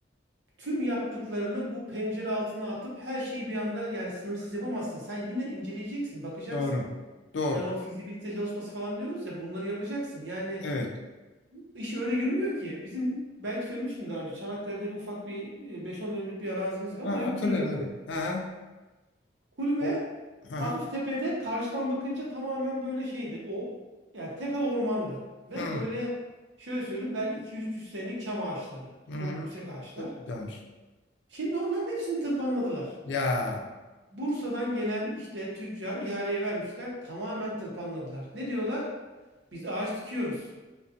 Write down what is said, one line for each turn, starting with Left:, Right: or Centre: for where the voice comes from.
Right: tüm yaptıklarını bu pencere altına atıp her şeyi bir anda yani sınırsız yapamazsın. Sen yine inceleyeceksin, bakacaksın.
Left: Doğru. Doğru.
Right: Yani o fizibilite çalışması falan diyoruz ya bunları yapacaksın. Yani
Left: Evet.
Right: iş öyle yürümüyor ki. Bizim belki söylemiştim daha önce Çanakkale'de bir ufak bir e, 5-10 dönümlük bir arazimiz var.
Left: Ha,
Right: Oraya
Left: hatırlıyorum
Right: bir kulübe koyduk
Left: evet. Hı
Right: biz.
Left: hı.
Right: Kulübe
Left: O- Hı hı.
Right: hafif tepede karşıdan bakınca tamamen böyle şeydi. O yani tepe ormandı ve
Left: Hı
Right: böyle şöyle söyleyeyim belki 200-300 senelik çam ağaçları.
Left: hı.
Right: Çok
Left: hı.
Right: yüksek ağaçlar.
Left: Çok güzelmiş.
Right: Şimdi onların hepsini tırpanladılar.
Left: Ya
Right: Bursa'dan gelen işte tüccar ihaleye vermişler. Tamamen tırpanladılar. Ne diyorlar? Biz ağaç dikiyoruz.